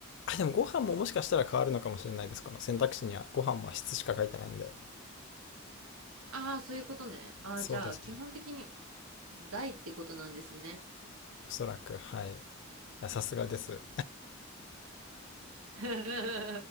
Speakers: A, on the left; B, on the right.
A: あでもご飯ももしかしたら変わるのかもしれないですこの選択肢にはご飯も質しか書いてないんで
B: ああ、そういうことね。ああ、
A: そうですね。
B: じゃあ、基本的に大ってことなんですね。
A: おそらくはいいやさすがです
B: <laughs>